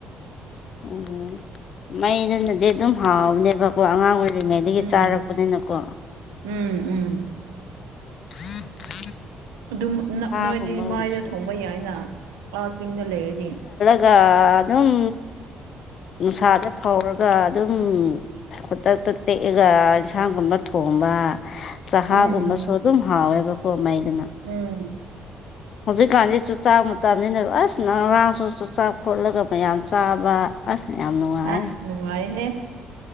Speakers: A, on the left; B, on the right.
A: ꯑꯣ ꯃꯩꯗꯨꯅꯗꯤ ꯑꯗꯨꯝ ꯍꯥꯎꯕꯅꯦꯕꯀꯣ ꯑꯉꯥꯡ ꯑꯣꯏꯔꯤ ꯔꯤꯉꯩꯗꯒꯤ
B: ꯎꯝ
A: ꯆꯥꯔꯛꯄꯅꯤꯅꯀꯣ
B: ꯎꯝ ꯎꯝ
A: <unintelligible>
B: ꯑꯗꯨꯝ ꯅꯥ
A: ꯁꯥꯒꯨꯝꯕ
B: ꯅꯣꯏꯗꯤ
A: ꯑꯣꯏꯔꯁꯨ
B: ꯃꯥꯏꯗ ꯊꯣꯡꯕ ꯌꯥꯏꯅ ꯑꯥ ꯆꯤꯡꯗ ꯂꯩꯔꯅꯤ
A: ꯒꯥ ꯑꯗꯨꯝ ꯅꯨꯡꯁꯥꯗ ꯐꯧꯔꯒ ꯑꯗꯨꯝ ꯈꯨꯗꯛꯇ ꯇ ꯇꯦꯛꯑꯒ ꯏꯟꯁꯥꯡꯒꯨꯝꯕ ꯊꯣꯡꯕ ꯆꯍꯥꯒꯨꯝꯕꯁꯨ
B: ꯎꯝ
A: ꯑꯗꯨꯝ ꯍꯥꯎꯋꯦꯕꯀꯣ ꯃꯩꯗꯨꯅ
B: ꯎꯝ
A: ꯍꯧꯖꯤꯛꯀꯥꯟꯗꯤ ꯆꯨꯆꯥꯛ ꯃꯇꯝꯅꯤꯅ ꯑꯁꯅ ꯉꯔꯥꯡꯁꯨ ꯆꯨꯆꯥꯛ ꯐꯣꯠꯂꯒ ꯃꯌꯥꯝ ꯆꯥꯕ ꯑꯁ ꯌꯥꯝ ꯅꯨꯡꯉꯥꯏꯌꯦ
B: ꯑꯁ ꯅꯨꯡꯉꯥꯏꯍꯦ